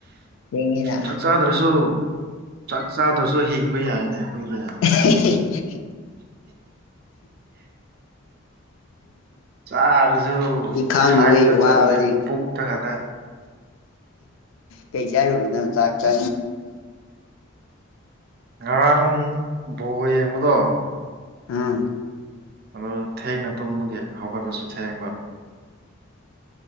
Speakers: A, on the left (about 70°); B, on the right (about 50°).
A: ꯊꯦꯡꯉꯦꯅ
B: ꯆꯥꯛ ꯆꯥꯗ꯭ꯔꯁꯨ ꯆꯥꯛ ꯆꯥꯗ꯭ꯔꯁꯨ ꯍꯤꯡꯕ ꯌꯥꯏꯅꯦ ꯐꯗ
A: ꯑꯩꯈꯣꯏꯁꯨ
B: ꯆꯥꯔꯁꯨ
A: ꯏꯈꯥꯡꯗꯨꯒꯩ
B: ꯍꯥꯏꯛꯇ ꯆꯠꯇ꯭ꯔꯦ
A: ꯋꯥꯕꯅꯦ
B: ꯄꯨꯛꯇ ꯈꯗ
A: ꯀꯩ ꯆ ꯑꯣꯏꯔ ꯆꯥꯛ ꯆ
B: ꯉꯔꯥꯡ ꯕꯣ ꯌꯦꯡꯕꯗꯣ
A: ꯑꯥ
B: ꯑꯗꯨ ꯊꯦꯡꯅ ꯇꯨꯝꯕꯒꯤ ꯍꯧꯒꯠꯄꯁꯨ ꯊꯦꯡꯕ